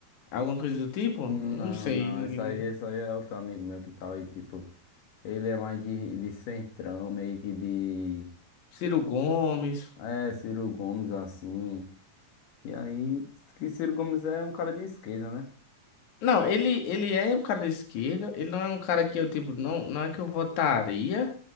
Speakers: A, on the left; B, on the left.
A: Alguma coisa do tipo?
B: Não,
A: Não sei,
B: não,
A: ninguém,
B: isso
A: ninguém-
B: aí, isso aí é outro amigo meu que tal, e tipo, ele é mais de, de centrão, meio que de,
A: Ciro Gomes.
B: é, Ciro Gomes, assim, E aí, que Ciro Gomes é um cara de esquerda, né?
A: Não, ele, ele é um cara da esquerda, ele não é um cara que eu, tipo, não, não é que eu votaria,